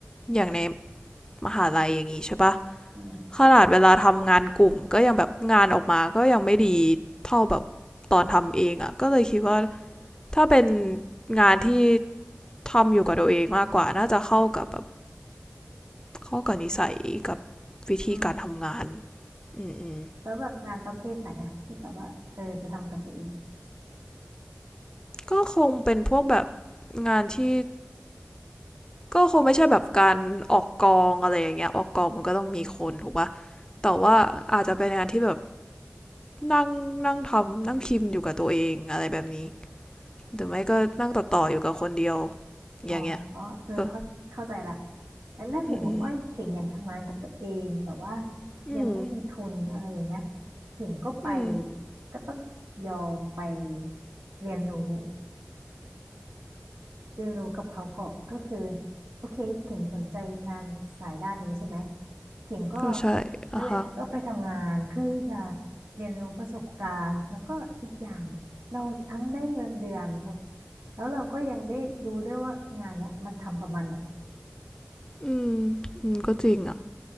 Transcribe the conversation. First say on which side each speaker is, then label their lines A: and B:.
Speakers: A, on the left; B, on the right.
A: อย่างในมหาลัยอย่างนี้ใช่ปะ
B: อืม
A: ขนาดเวลาทำงานกลุ่มก็ยังแบบงานออกมาก็ยังไม่ดีเท่าแบบตอนทำเองอ่ะก็เลยคิดว่าถ้าเป็นงานที่ทำอยู่กับตัวเองมากกว่าน่าจะเข้ากับแบบเข้ากับนิสัยกับวิธีการทำงาน
B: อา
A: อืม
B: แล้วแบบงานประเภทไหนอะที่แบบว่าเออจะทำกับตัวเอง
A: ก็คงเป็นพวกแบบงานที่ก็คงไม่ใช่แบบการออกกองอะไรอย่างเงี้ยออกกองมันก็ต้องมีคนถูกปะแต่ว่าอาจจะเป็นงานที่แบบนั่งนั่งทำนั่งพิมพ์อยู่กับตัวเองอะไรแบบนี้หรือไม่ก็นั่งต่อต่ออยู่กับคนเดียว
B: อ๋อ
A: อย่างเงี้ย
B: เออเข้าเข้าใจละ
A: เออ
B: แล้วถ้าถิงบอกว่าถิงอยากทำงานกับตัวเองแต่ว่า
A: อืมอืม
B: ยังไม่มีทุนอะไรอย่างเงี้ยถิงก็ไป
A: อืมอืม
B: ก็ต้องยอมไปเรียนรู้ เรียนรู้กับเขาก่อนก็คือโอเคถึงสนใจงานสายด้านนี้ใช่ไหมถึงก็
A: ก็ใช่อ่ะฮะ
B: นั่นแหละก็ไปทำงานเพื่อที่จะเรียนรู้ประสบการณ์แล้วก็อีกอย่างเราทั้งได้เงินเดือนแล้วแล้วเราก็ยังได้ดูด้วยว่างานเนี้ยมันทำประมาณไหน
A: อืมอืมก็จริงอ่ะ